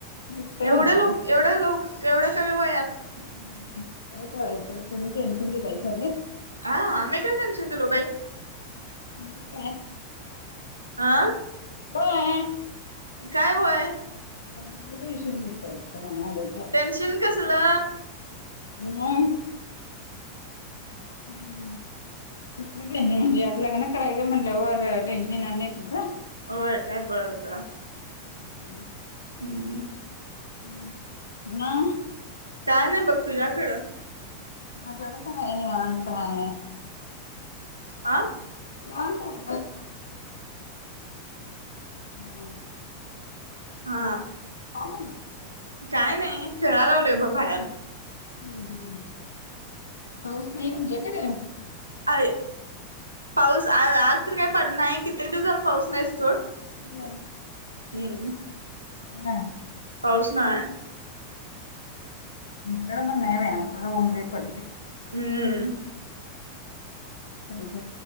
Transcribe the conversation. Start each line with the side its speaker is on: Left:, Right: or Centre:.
Left: दुखते म्हणून
Right: एवढे लोक एवढे लोक एवढ्या कमी वयात
Left: काय करायचं तुम्ही टेन्शन दिलाय सांग
Right: हा आमही काय जणच लो भाई
Left: मत
Right: आह
Left: बार
Right: काय वय
Left: मवला
Right: टेन्शन कसला
Left: ह हम्म टेनशन म्हणजे आता लग्न करायचं म्हणलंर टेन्न येणार नाही तुझं
Right: होय काय बरोबर
Left: हम्म
Right: हम्म
Left: ह हा
Right: काय नाही बघ तुझ्याकडं
Left: हजड काय आहे वाांडतो हाय
Right: आं
Left: निवांंत आहे हम्म
Right: हा
Left: आम
Right: काय नाही फिरायला लावले ब बाहेर
Left: हम्म हम्म पाऊस नाही म्हणच्याेकडे
Right: अ पाऊस आ आज तर काय पड नाही किे दिवसाला पाऊस नाहीस सोट
Left: हम्
Right: हम्म
Left: हम
Right: पाारस ना
Left: म्हणण वम नले पडवे
Right: हम्म
Left: क